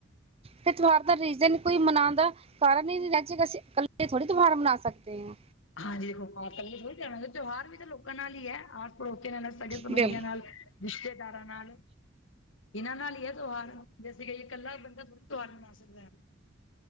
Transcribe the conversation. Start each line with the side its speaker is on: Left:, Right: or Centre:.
Right: ਤੇ ਤਿਉਹਾਰ ਦਾ ਰੀਜਨ ਕੋਈ ਮਨਾਉਣ ਦਾ ਕਾਰਨ ਹੀ ਨਹੀ, ਅਸੀਂ ਇਕ ਥੋੜ੍ਹੀ ਤਿਉਹਾਰ ਮਨਾ ਸਕਦੇ ਹ
Left: ਹਾਂਜੀ ਦੇਖੋ ਤਿਓਹਾਰ ਕੱਲੇ ਥੋੜੀ ਮਨਾਣਾ, ਤਿਉਹਾਰ ਵੀ ਤਾਂ ਲੋਕਾਂ ਨਾਲ ਹੀ ਹੈ ਆਸ ਪੜੋਸਿਆਂ ਨਾਲ ਸੱਗੇ ਸੰਬੰਧੀਆਂ
Right: ਬਿਲਕੁਲ
Left: ਨਾਲ ਰਿਸ਼ਤੇਦਾਰਾਂ ਨਾਲ ਇਹਨਾਂ ਨਾਲ ਹੀ ਹੈ ਤਿਓਹਾਰ, ਵੈਸੇ ਏ ਇਕੱਲਾ ਬੰਦਾ ਥੋੜ੍ਹੀ ਤਿਓਹਾਰ ਮਨਾ ਸਕਦਾ